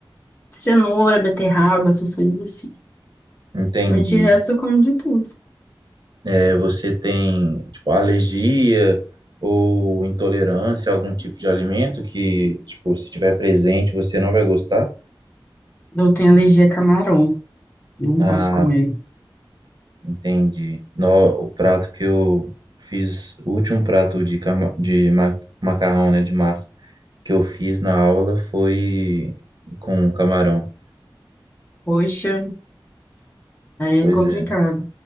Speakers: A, on the left (about 25°); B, on the right (about 55°).
A: cenoura, beterraba, essas coisas assim.
B: Entendi.
A: Mas de resto eu como de tudo.
B: É, você tem, tipo, alergia ou intolerância a algum tipo de alimento que, tipo, se estiver presente, você não vai gostar?
A: Eu tenho alergia a camarão. Não
B: Ah,
A: posso comer.
B: Entendi. No, o prato que eu fiz, o último prato de, cama- de ma- macarrão, né, de massa, que eu fiz na aula foi com camarão.
A: Poxa, aí é
B: Pois
A: complicado.
B: é,